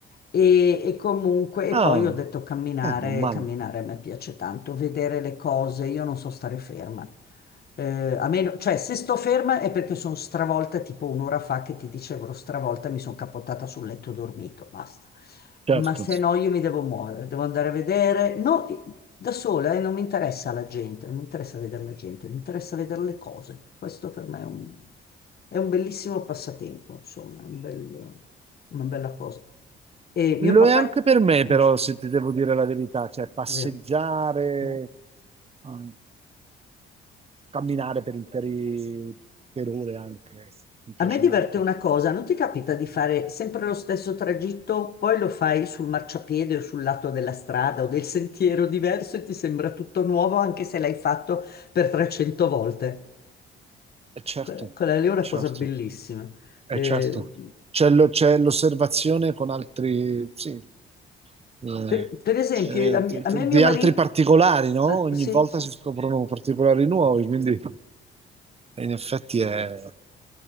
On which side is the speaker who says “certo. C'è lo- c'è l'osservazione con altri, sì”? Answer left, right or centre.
Right